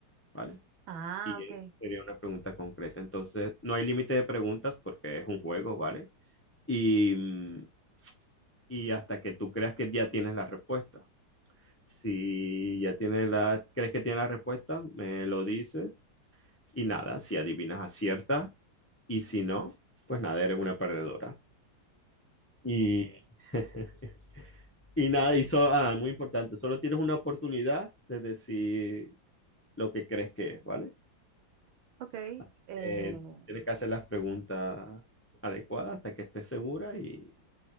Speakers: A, on the left; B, on the right.
A: ¿vale?
B: Ah,
A: Y
B: ok,
A: eh, sería una pregunta concreta. Entonces, no hay límite de preguntas porque es un juego, ¿vale? Y, mm, y hasta que tú creas que ya tienes la respuesta. Si ya tienes la, crees que tienes la respuesta, me lo dices Y nada, si adivinas, aciertas. Y si no, pues nada, eres una perdedora. Y, <laughs> y nada, y so- ah, muy importante, solo tienes una oportunidad de decir lo que crees que es, ¿vale?
B: ok,
A: Así
B: eh,
A: que tienes que hacer las preguntas adecuadas hasta que estés segura y,